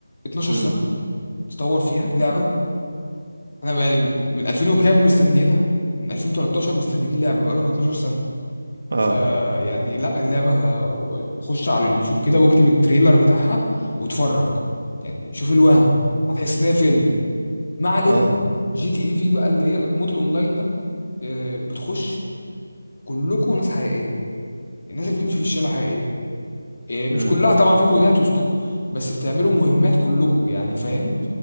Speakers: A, on the left (about 50°); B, on the right (about 50°).
A: 12
B: امم
A: سنه تطور فيها لعبه انا يعني من 2000 وكام مستنيينها من 2013 مستنيين اللعبه بقى لهم 12 سنه
B: اه
A: فيعني لا اللعبة خش على اليوتيوب كده واكتب التريلر بتاعها واتفرج يعني شوف الوهم هتحس ان هي فيلم ما علينا
B: اه
A: جي تي اي في بقى اللي هي مود الاونلاين ده آه، بتخش كلكم ناس حقيقية الناس اللي بتمشي في الشارع حقيقية آه، مش
B: امم
A: كلها طبعا في بوتات وسطكم بس بتعملوا مهمات كلكم يعني فاهم